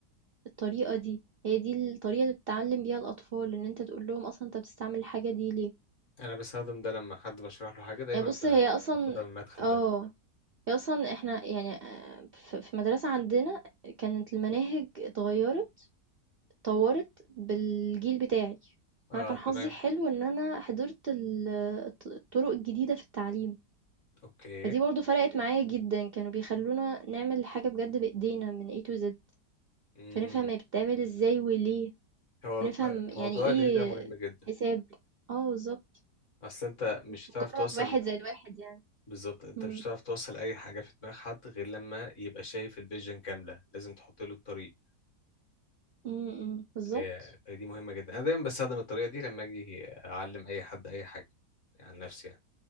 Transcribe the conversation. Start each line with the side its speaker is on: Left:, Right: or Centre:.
Right: الطريقة دي هي دي الطريقة اللي بتتعلم بيها الأطفال إن أنت تقول لهم أصلا أنت بتستعمل الحاجة دي ليه
Left: انا بستخدم ده لما حد بشرح له حاجة دايما
Right: يعني بص
Left: ب-
Right: هي أصلا
Left: باخدها من المدخل
Right: اه
Left: ده
Right: هي أصلا احنا يعني آه، ف- في مدرسة عندنا كانت المناهج اتغيرت اتطورت بالجيل بتاعي
Left: اه
Right: فأنا كان
Left: تمام
Right: حظي حلو إن أنا حضرت ال- الط- الطرق الجديدة في التعليم
Left: اوكي
Right: فدي برضو فرقت معايا جدا كانوا بيخلونا نعمل حاجة بجد بإيدينا من A to Z
Left: امم
Right: فنفهم هي بتتعمل إزاي وليه،
Left: هو
Right: ونفهم يعني
Left: موضوع
Right: إيه
Left: ليه ده مهم جدا
Right: حساب. آه بالضبط،
Left: اصل انت مش
Right: مش
Left: هتعرف
Right: مجرّد
Left: توصل
Right: واحد زائد واحد يعني.
Left: بالظبط انت
Right: إمم،
Left: مش هتعرف توصل اي حاجه في دماغ حد غير لما يبقى شايف الفيجن كامله لازم تحط له الطريق
Right: إمم، إمم، بالضبط،
Left: فهي فهي دي مهمه جدا انا دايما بستخدم الطريقه دي لما اجي اعلم اي حد اي حاجه يعني عن نفسي يعني